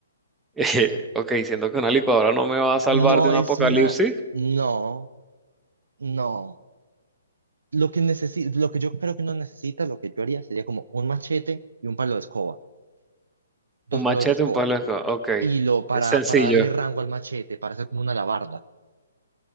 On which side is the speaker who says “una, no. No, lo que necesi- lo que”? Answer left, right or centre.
Right